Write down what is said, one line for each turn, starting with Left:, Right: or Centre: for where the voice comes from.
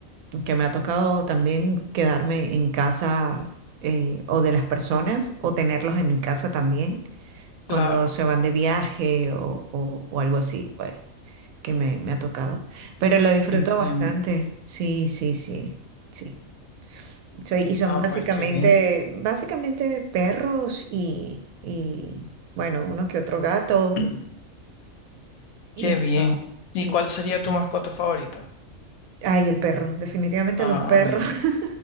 Right: que me ha tocado también quedarme en casa eh, o de las personas o tenerlos en mi casa también
Left: claro.
Right: cuando se van de viaje o, o- o algo así, pues. que me, me ha tocado. Pero lo disfruto
Left: Entiendo.
Right: bastante. Sí, sí, sí, sí. Soy, y son
Left: Ah,
Right: básicamente,
Left: pues qué bien.
Right: básicamente perros y, y, bueno, uno que otro gato.
Left: <clears throat>
Right: Y
Left: Qué
Right: eso,
Left: bien.
Right: sí.
Left: ¿Y cuál sería tu mascota favorita?
Right: Ay, el perro, definitivamente
Left: Ah,
Right: los perros.
Left: bien.
Right: <laughs>